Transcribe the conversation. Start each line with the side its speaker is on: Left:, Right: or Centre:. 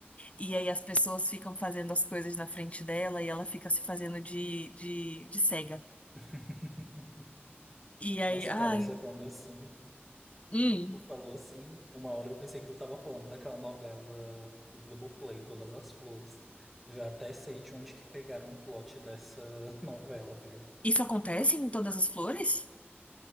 Left: E aí as pessoas ficam fazendo as coisas na frente dela e ela fica se fazendo de, de, de cega.
Centre: <laughs>
Left: E aí,
Centre: Nossa,
Left: ai,
Centre: cara, você falando assim.
Left: hum,
Centre: Tu falou assim, uma hora eu pensei que tu tava falando daquela novela do Globoplay, Todas as Flores. Já até sei de onde que pegaram o plot dessa <laughs> novela, viu?
Left: isso acontece em todas as flores?